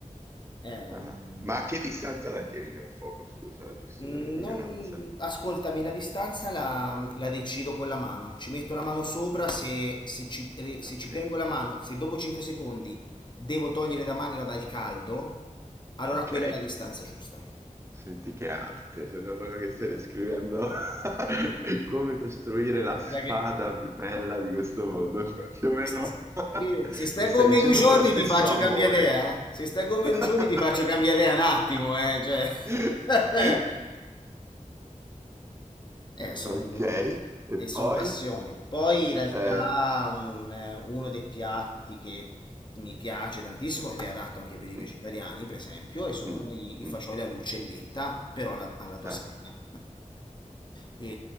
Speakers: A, on the left; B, on the right.
A: È un-
B: Ah, Ma a che distanza la tieni dal fuoco? Scusa, giusto
A: Mm,
B: per ignoranza.
A: Non... Ascoltami, la distanza la, la decido con la mano. Ci metto la mano sopra se, se ci, re- se
B: Ok,
A: ci tengo la mano, se dopo 5 secondi devo togliere la mano dal caldo, allora
B: ok.
A: quella è la distanza giusta.
B: Senti che arte, sembra proprio che stai descrivendo <laughs> come costruire la spada
A: Guarda che-
B: più bella di questo mondo. <laughs> Più o meno
A: Sì,
B: <laughs>
A: se stai
B: lo stai
A: con me
B: dicendo
A: due giorni
B: con lo stesso
A: ti faccio
B: amore.
A: cambiare idea, eh. Se stai
B: <laughs>
A: con me due giorni ti faccio cambiare idea un attimo, eh. Cioè... <laughs> Eh, sono,
B: Ok, e
A: e son
B: poi?
A: passioni. Poi in realtà
B: Eh,
A: un- eh, uno dei piatti che mi piace tantissimo ed è adatto anche per i vegetariani,
B: mm,
A: per esempio, e sono
B: mm,
A: i, i
B: mm,
A: fagioli all'uccelletta, però alla, alla toscana.
B: ah,
A: E,